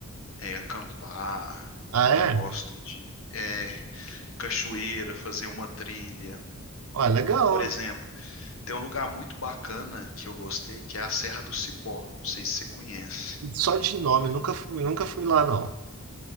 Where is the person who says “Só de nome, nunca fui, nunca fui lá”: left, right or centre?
Right